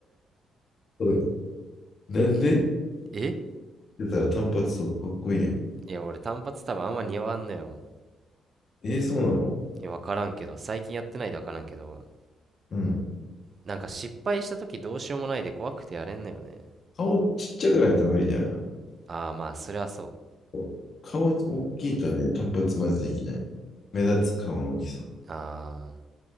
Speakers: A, on the left (about 50°); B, on the right (about 45°).
A: これ、なんでって
B: <laughs> え
A: 言ったら単発とかかっこいいやん。
B: いや、俺単発多分あんま似合わんのよ。
A: えー、そうなの
B: いや、わからんけど、最近やってないでわからんけど、
A: うん。
B: なんか失敗した時どうしようもないで怖くてやれんのよね。
A: 顔ちっちゃくないと無理だよな。
B: ああ、まあ、それはそ
A: そう顔大きいとね、単発まずできない。目立つ顔の大きさ。
B: う。ああ、